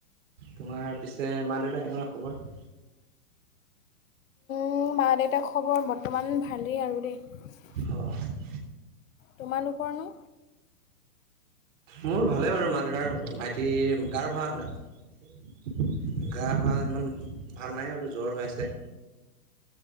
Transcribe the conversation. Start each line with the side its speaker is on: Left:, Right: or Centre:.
Right: তোমাৰ পিছে মা-দেউতা কেনেকুৱা খবৰ?
Left: মোৰ মা-দেউতা খবৰ বৰ্তমান ভালেই আৰু দেই।
Right: অ'।
Left: তোমালোকৰ নো?
Right: মোৰ ভালে বাৰু, মা -দেউতাৰ, ভাইটিৰ গাৰ ভা গা ভাল, সিমান ভাল নাই আৰু জ্বৰ হৈ আছে।